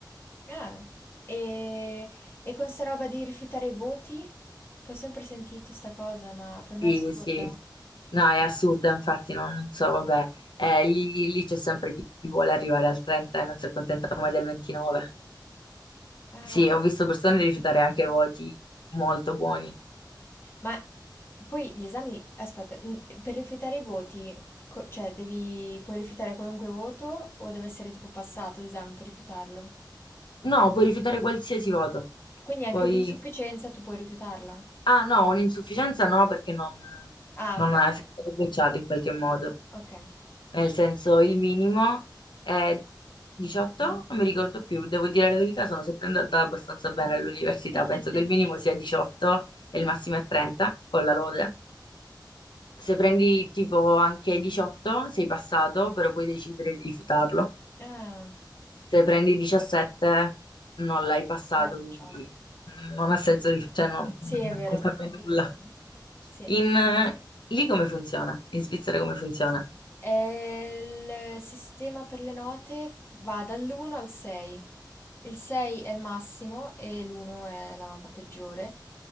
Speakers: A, on the left (about 30°); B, on the left (about 75°).
A: Ah. E, e con sta roba di rifiutare i voti? Che ho sempre sentito sta cosa, ma per me
B: Sì,
A: è assurda.
B: sì. No, è assurdo, infatti, no, non so, vabbè, Eh, lì, lì c'è sempre chi vuole arrivare al 30 e non si accontenta mai del 29.
A: Ah.
B: Sì, ho visto persone rifiutare anche voti molto buoni.
A: Ma poi gli esami, aspetta, n- per rifiutare i voti, co- cioè devi, puoi rifiutare qualunque voto o deve essere tipo passato l'esame per rifiutarlo?
B: No, puoi rifiutare qualsiasi voto.
A: Quindi anche
B: Poi...
A: un'insufficienza tu puoi rifiutarla.
B: Ah, no, un'insufficienza no, perché non,
A: Ah,
B: non
A: ok,
B: è sei stato bocciato in qualche modo.
A: ok.
B: nel senso il minimo è 18, non mi ricordo più, devo dire la verità, sono sempre andata abbastanza bene all'università,
A: <laughs>
B: penso che il minimo sia 18 e il massimo è 30 con la lode. Se prendi tipo anche 18 sei passato, però puoi decidere di rifiutarlo.
A: Ah,
B: Se prendi 17 non l'hai passato,
A: l'hai bocciato.
B: quindi non ha senso, rif- cioè non,
A: Sì,
B: non
A: è vero,
B: cambia
A: <laughs> effettivamente.
B: nulla.
A: Sì.
B: In, lì come funziona? In Svizzera come funziona?
A: E il sistema per le note f- va dall'1 al 6. Il 6 è il massimo e l'1 è la nota peggiore.